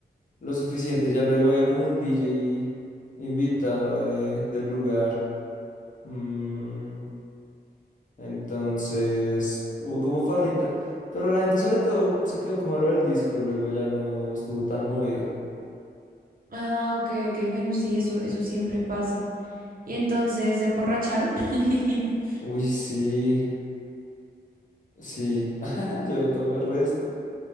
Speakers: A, on the left; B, on the right.
A: lo suficiente. Ya luego había como un DJ invitado de- del lugar. Mm, entonces hubo como farrita, pero la gente sobre todo se quedó como a lo del disco, luego ya no estuvo tan movido.
B: Ah, ok, ok, bueno, sí, eso, eso siempre pasa. Y entonces se emborracharon. <laughs>
A: Uy, sí, sí, <laughs> yo tomé resto.